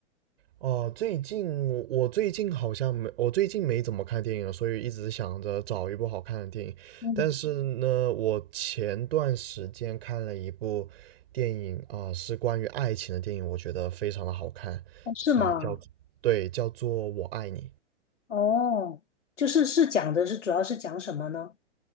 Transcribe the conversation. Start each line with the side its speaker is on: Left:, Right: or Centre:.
Right: 哦，最近我最近好像没，我最近没怎么看电影了，所以一直想着找一部好看的电影。
Left: 嗯，
Right: 但是呢，我前段时间看了一部电影啊、是关于爱情的电影，我觉得非常的好看
Left: 哦是吗？
Right: 啊、叫，对，叫做《我爱你》。
Left: 哦，就是是讲的是主要是讲什么呢？